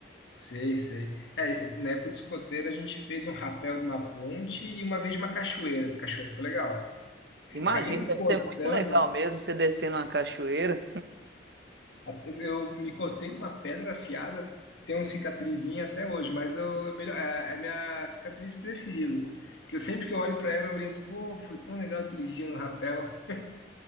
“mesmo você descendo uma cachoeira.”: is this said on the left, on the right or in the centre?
Right